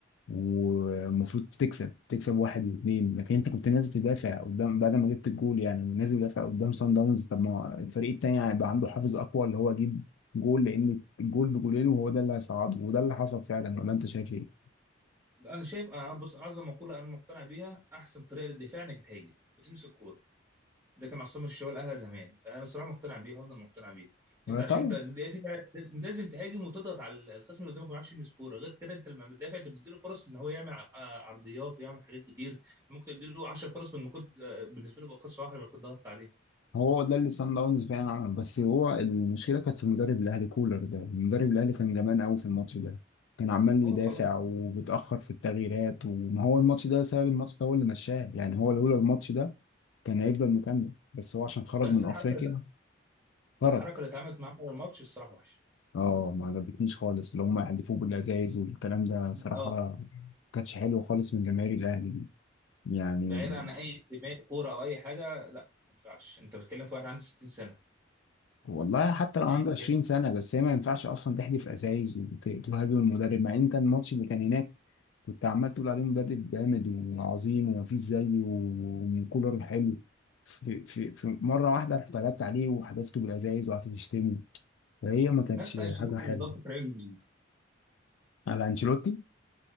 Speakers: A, on the left; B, on the right.
A: والمفروض تكسب تكسب واحد واثنين لكن انت كنت نازل تدافع قدام بعد ما جبت الجول يعني نازل تدافع قدام سان داونز طب ما الفريق التاني هيبقى عنده حافز اقوى اللي هو يجيب جول لان الجول بجولين وهو ده اللي هيصعده وده اللي حصل فعلا ولا انت شايف ايه؟
B: لا، انا شايف انا بص اعظم مقوله انا مقتنع بيها احسن طريقه للدفاع انك تهاجم وتمسك الكوره ده كان عصام الشوالي الاهلي زمان فانا الصراحه مقتنع بيه وهفضل مقتنع بيه
A: ولا
B: انت عشان
A: طبعا
B: انت لازم لازم لازم تهاجم وتضغط على الخصم اللي قدامك ما يعرفش يلمس كوره غير كده انت لما بتدافع انت بتديله فرص ان هو يعمل ع- عرضيات ويعمل حاجات كتير ممكن تديله 10 فرص من ما كنت بالنسبه له بقى فرصه واحده لو كنت ضغطت عليه
A: هو ده اللي صن داونز فعلا عمله بس هو المشكله كانت في المدرب الاهلي كولر ده المدرب الاهلي كان جبان قوي في الماتش ده كان عمال
B: هو
A: يدافع
B: خلاص بقى
A: وبيتاخر في التغييرات وما هو الماتش ده سبب الماتش ده هو اللي مشاه يعني هو لولا الماتش ده كان هيفضل مكمل بس هو عشان خرج
B: بس
A: من
B: الحركه
A: افريقيا
B: اللي
A: خرج
B: الحركه اللي اتعملت معاه في الماتش الصراحه وحشه
A: اه ما عجبتنيش خالص اللي هم يحدفوه بالازايز والكلام ده صراحه
B: اه
A: كانتش حلوه خالص من جماهير الاهلي دي يعني
B: بعيد عن اي انتماء كوره او اي حاجه لا ما ينفعش انت بتتكلم في واحد عنده 60 سنه
A: والله حتى لو
B: ايا
A: عنده 20
B: كان
A: سنة بس هي ما ينفعش أصلا تحدف أزايز وت- وتهاجم المدرب مع إن أنت الماتش اللي كان هناك كنت عمال تقول عليه مدرب جامد وعظيم ومفيش زيه وكولر حلو في, في, في مرة واحدة رحت قلبت عليه وحدفته بالأزايز وقعدت تشتمه فهي ما كانتش
B: نفس انشيلوتي
A: حاجة حلوة
B: بالظبط في ريال مدريد
A: على أنشيلوتي